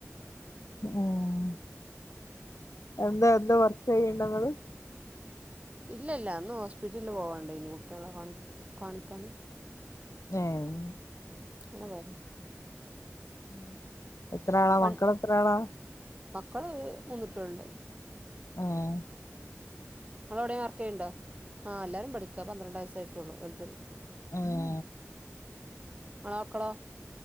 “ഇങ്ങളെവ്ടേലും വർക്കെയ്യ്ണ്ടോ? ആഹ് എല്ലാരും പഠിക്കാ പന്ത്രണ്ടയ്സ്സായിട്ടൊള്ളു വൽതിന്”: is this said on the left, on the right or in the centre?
Right